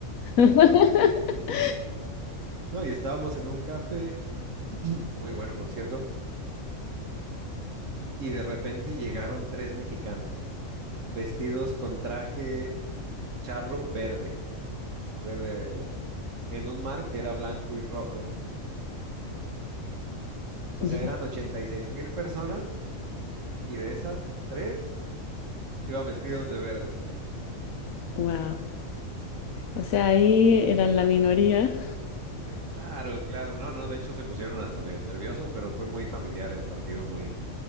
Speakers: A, on the left; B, on the right.
A: <laughs>
B: No, y estábamos en un café, <clears throat> muy bueno, por cierto, y de repente llegaron tres mexicanos vestidos con traje charro verde, verde, verde, en un mar que era blanco y rojo. O
A: Ya.
B: sea, eran 86 mil personas y de esas, tres iban vestidos de verde.
A: Wow. O sea, ahí eran la minoría.
B: Claro, claro, no, no, de hecho se pusieron hasta medio nerviosos, pero fue muy familiar el partido, muy,